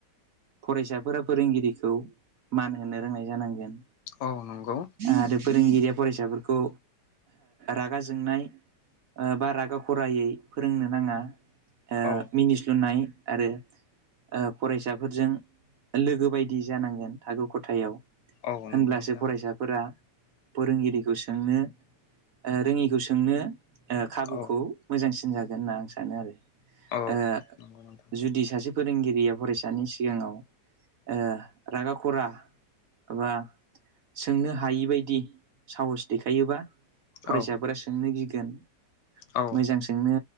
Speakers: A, on the right (about 60°); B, on the left (about 75°).
A: फरायसाफोरा फोरोंगिरिखौ मान होनो रोंनाय जानांगोन
B: औ नंगौ
A: आरो फोरोंगिरिया फरायसाफोरखौ रागा जोंनाय ओ बा रागा खरायै फोरोंनो नाङा ओ
B: औ
A: मिनिस्लुनाय आरो ओ फरायसाफोरजों लोगो बायदि जानांगोन थाखो खथायाव
B: औ
A: होनब्लासो
B: नंगौ नोंथां
A: फरायसाफोरा फोरोंगिरिखौ सोंनो ओ रोङिखौ सोंनो ओ खाबुखौ
B: औ
A: मोजांसिन जागोन होनना आं सानो आरो
B: औ
A: ओ
B: नंगौ नोंथां
A: जुदि सासे फोरोंगिरिया फरायसानि सिगाङाव ओ रागा खरा एबा सोंनो हायिबायदि साहस देखायोबा फरायसाफोरा
B: औ
A: सोंनो गिगोन
B: औ
A: मोजां सोंनो